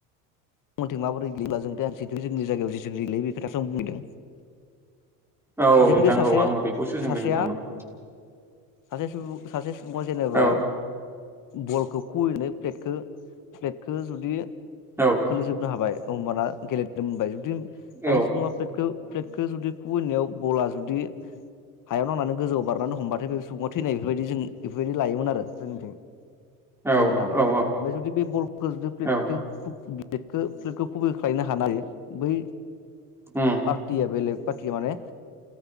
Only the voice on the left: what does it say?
मोननिथिं माबोरै <unintelligible> जोंनि जायगायाव <unintelligible> बे खोथाखौ आं <unintelligible>
जिथुखे
सासे
सासेया
सासे सुबुं सासे सुबुङा जेनेबा
बलखौ <unintelligible> प्लेटखो जुदि
जोबनो हाबाय होमबाना गेले होमबाय जुदि सासे
सुबुंङा प्लेतखो प्लेटखो जुदि खुुबैनायाव बला जुदि हायाव नांनानै गोजौआव बारनानै हमबाथाय बे सुबुङा थैनाय बेफोरबायदि जों बेफोरबायदि लायोमोन आरो जोंनिथिं
गेलेनानै ओमफाय
जुदि बे बलखो जुदि प्लेटखो
खुब बि <unintelligible> प्लेतखो खुबैख्लायनो हानाय बै
पार्टिया बेलेग पार्टिया माने